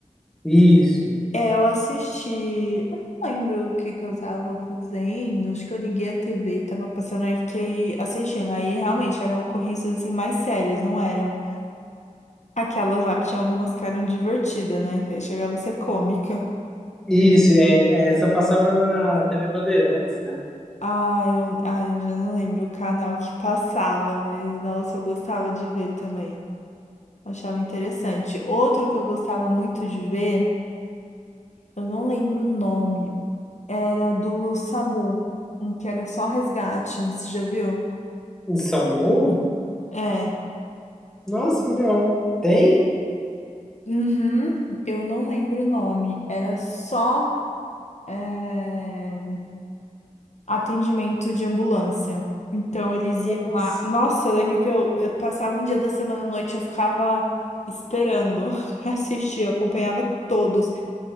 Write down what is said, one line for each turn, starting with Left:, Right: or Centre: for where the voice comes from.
Centre: Isso.
Left: É, eu assisti. Eu não lembro o que que eu tava fazendo. Acho que eu liguei a TV e tava passando, aí eu fiquei assistindo. Aí realmente eram ocorrências assim mais sérias, não eram aquelas lá que tinha algumas que eram divertidas, né? Que aí chegava a ser cômica.
Centre: Isso, é, é, essa passava na TV Bandeirantes, né?
Left: Ah, eu, ah, eu já não lembro o canal que passava, mas nossa, eu gostava de ver também. Achava interessante. Outro que eu gostava muito de ver, eu não lembro o nome, era do SAMU, um que era só resgate, você já viu?
Centre: Do SAMU?
Left: É.
Centre: Nossa, não. Tem?
Left: Uhum, eu não lembro o nome, era só é, atendimento de ambulância. Então eles iam
Centre: Nossa.
Left: lá. Nossa, eu lembro que eu, eu passava um dia da semana à noite, eu ficava esperando <laughs> pra assistir, eu acompanhava todos.